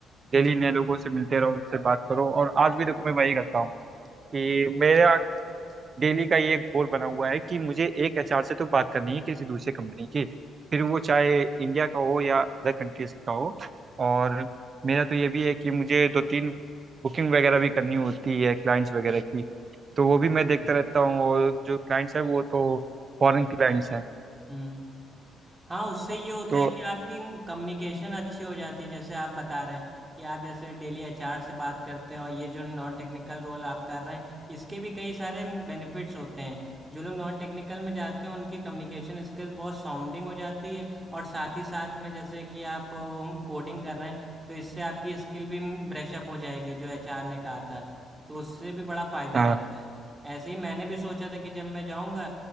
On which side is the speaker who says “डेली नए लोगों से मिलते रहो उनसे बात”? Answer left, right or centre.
Right